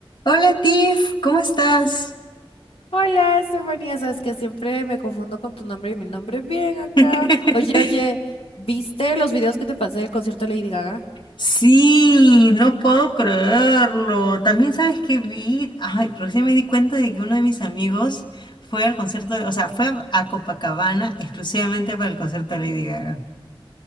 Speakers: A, on the left; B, on the left.
A: Hola Tiff, ¿cómo estás?
B: Hola, Estefanía, sabes que siempre me confundo con tu nombre y mi nombre es bien acá.
A: <laughs>
B: Oye, oye, ¿viste los videos que te pasé del concierto de Lady Gaga?
A: Sí, no puedo creerlo. También sabes que vi, ay, recién me di cuenta de que uno de mis amigos fue al concierto, de- o sea, fue a Copacabana exclusivamente para el concierto de Lady Gaga.